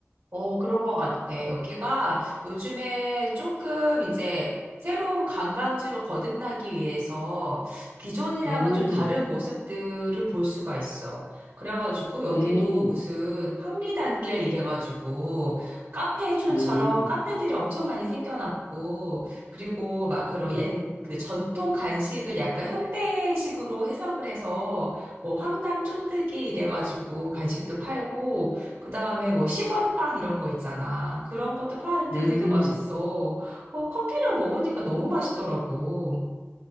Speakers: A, on the right; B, on the left.
A: 어, 그런 것 같아. 여기가 요즘에 조금 이제 새로운 관광지로 거듭나기 위해서 기존이랑은
B: 음,
A: 좀 다른 모습들을 볼 수가 있어. 그래가지고 여기도
B: 음,
A: 무슨 황리단길 이래가지고 카페촌처럼
B: 음,
A: 카페들이 엄청 많이 생겨났고 그리고 막 그런 옛, 그 전통 간식을 약간 현대식으로 해석을 해서 뭐 황담 쫀득이 이래가지고 간식도 팔고 그 다음에 뭐 10원 빵 이런 거 있잖아. 그런 것도 파는데
B: 음.
A: 되게 맛있어. 어, 커피랑 먹으니까 너무 맛있더라고.